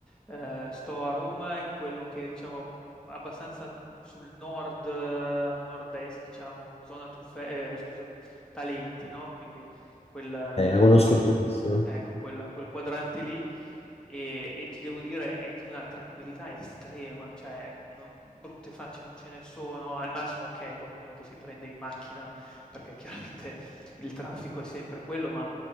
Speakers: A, in the centre; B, on the left.
A: ehm, sto a Roma in quello che diciamo abbastanza sul nord eh, nord-est diciamo, zona Tuffe ehm, scusa, Talenti, no, quindi quel
B: Eh,
A: mhmm,
B: la conosco benissimo.
A: ecco quel quel quadrante lì e e ti devo dire è di una tranquillità estrema, cioè non brutte facce non ce ne sono, al massimo okay, qualcuno che si prende in macchina, perché chiaramente il traffico è sempre quello, ma